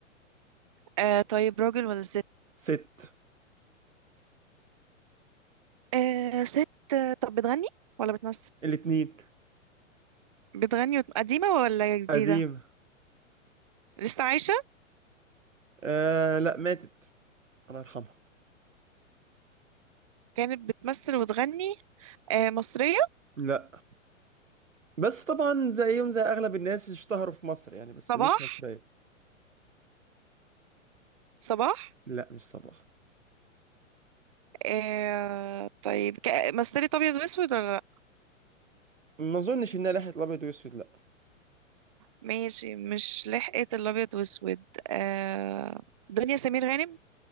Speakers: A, on the right; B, on the right.
A: آه طيب راجل ولا ست
B: ست
A: آه ست آه، طب بتغني ولا بتمثل
B: الاتنين
A: بتغني وت... قديمه ولا جديده
B: قديم
A: لسه عايشه
B: أه... لا ماتت الله يرحمها
A: كانت بتمثل وتغني آه مصريه
B: لا بس طبعا زيهم زي اغلب الناس اشتهروا في مصر يعني بس
A: صباح
B: مش مصرية
A: صباح
B: لا مش صباح
A: آه طيب ك... مثلت ابيض واسود ولا لا
B: ما اظنش انها لحية الابيض واسود لا
A: ماشي مش لحقت الابيض واسود آه دنيا سمير غانم